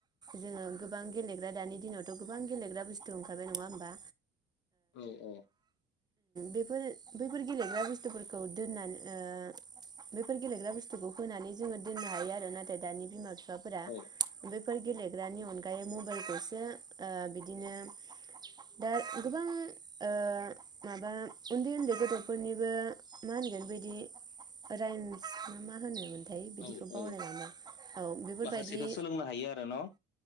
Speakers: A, on the right (about 20°); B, on the left (about 65°).
A: जोङो गोबां गेलेग्रा दानि दिनावथ' गोबां गेलेग्रा बुस्थु ओंखारबाय नङा होमबा?
B: औ औ।
A: बेफोर-बैफोर गेलेग्रा बुस्थुफोरखौ दोननानै ओ बैफोर गेलेग्रा बुस्थुखौ होनानै जोङो दोननो हायो आरो नाथाय दानि बिमा-बिफा। बिफाफोरा।
B: औ
A: बेफोर गेलेग्रानि अनगायै मबेलखौसो ओ बिदिनो दा गोबां ओ माबा उन्दै-उन्दै गथ'फोरनिबो मा होनगोन बिदि राइमस ना मा होनो मोन? थाय बिदिखौ
B: औ
A: बावलाय
B: औ
A: लांबाय औ बेफोरबायदि।
B: माखासेखौ सोलोंनो हायो आरो न'